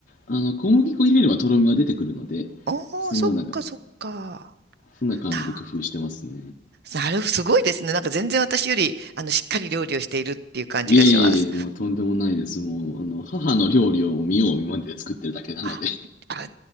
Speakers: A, on the left; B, on the right.
A: あの、小麦粉入れればとろみは出てくるので、
B: おー、
A: そのようなか、
B: そっかそっか。
A: そんな感じで工夫してますね。
B: ななる、すごいですね。なんか全然私より、あの、しっかり料理をしているっていう感じがします。
A: いえいえいえ、もうとんでもないです。もう、あの、母の料理を見よう見まねで作ってるだけなので、
B: あ、あ、